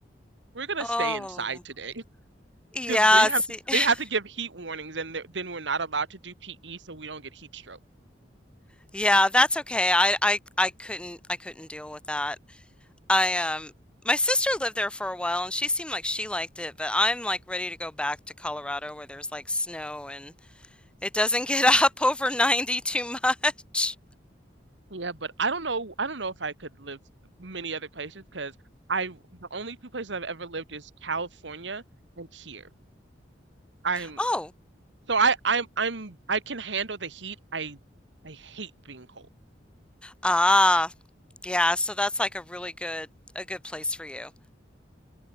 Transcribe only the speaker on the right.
We're gonna
stay inside today
<laughs> because they have
to,
they have to give heat warnings, and th- then we're not allowed to do PE, so we don't get heat stroke.
Yeah, but I don't know. I don't know if I could live many other places because I the only two places I've ever lived is California and here. I'm.
So I I'm I'm I can handle the heat. I I hate being cold.